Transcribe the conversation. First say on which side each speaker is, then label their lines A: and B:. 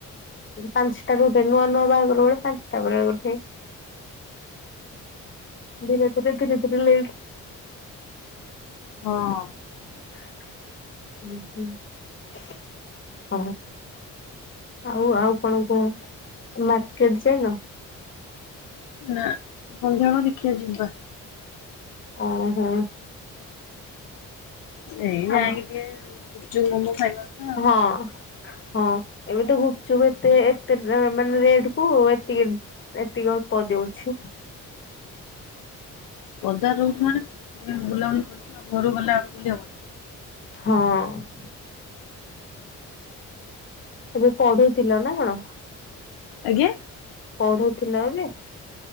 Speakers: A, on the left; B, on the left.
A: ପାଞ୍ଚଟା ରେ ଉଠେ ନୂଆ ନୂଆ ବାହାଘର ଗୋଳେ ପାଞ୍ଚଟା ବେଳେ ଉଠେ। ଧୀରେ ଧୀରେ ଧୀରେ ଲେଟେ
B: ହଁ।
A: <inaudible> ଆଉ ଆଉ କଣ କୁହ ମାର୍କେଟ ଯାଇନ।
B: ନା ସନ୍ଧ୍ୟାବେଳେ ଦେଖିଆ ଯିବା।
A: ଓହୋ।
B: ସେଇ ଯାଇଁକି
A: ଆମ
B: ଟିକେ ଗୁପଚୁପ୍ ମୋମୋ ଖାଇବା କଥା
A: ହଁ ହଁ ଏବେ ତ ଗୁପ୍ ଚୁପ୍ ଏତେ ଏ ତେ ମାନେ ରେଟ୍ କୁ ଏତିକି ଏତିକି ଅଳ୍ପ ଦେଉଚି।
B: ବଜାର୍ ରୋହୁଚି ମାନେ ବୁଲାବୁଲି କରଚୁ ଆଉ ଘରୁ ଗଲେ ଆଉ ବୁଲି ହବନି।
A: ହଁ। ଏବେ ପଢୁଥିଲ ନା କଣ।
B: ଆଜ୍ଞା।
A: ପଢୁଥିଲ କି।